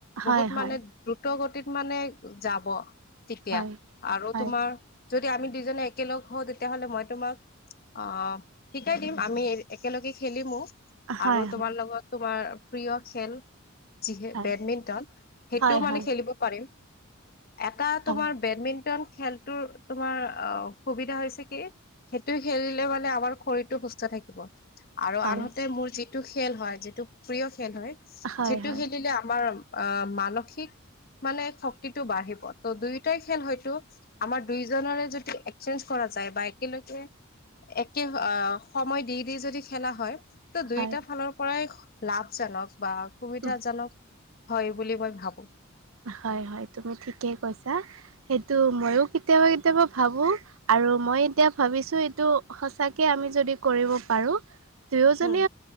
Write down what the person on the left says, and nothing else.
বহুত
মানে দ্ৰুতগতিত মানে যাব তেতিয়া
আৰু
তোমাৰ যদি আমি দুইজনে একেলগ হওঁ তেতিয়াহ'লে মই তোমাক অ শিকাই দিম, আমি এ একেলগে খেলিমো।
আৰু
তোমাৰ লগত তোমাৰ প্ৰিয় খেল যিহে
বেডমিণ্টন সেইটোও
মানে
খেলিব পাৰিম। এটা
তোমাৰ বেডমিন্টন খেলটোৰ তোমাৰ অ সুবিধা হৈছে কি সেইটো খেলিলে মানে আমাৰ শৰীৰটো সুস্থ থাকিব। আৰু
আনহাতে মোৰ যিটো খেল হয় যিটো প্ৰিয় খেল হয়
সেইটো
খেলিলে আমাৰ আহ মানসিক মানে শক্তিটো বাঢ়িব, ত' দুয়োটাই খেল হয়তো আমাৰ দুইজনৰে যদি এক্সচেঞ্জ কৰা যায় বা একেলগে একে আঁহ সময় দি দি যদি খেলা হয় ত দুইটা
ফালৰ পৰাই লাভজনক বা সুবিধাজনক
হয় বুলি মই ভাবো।
উম,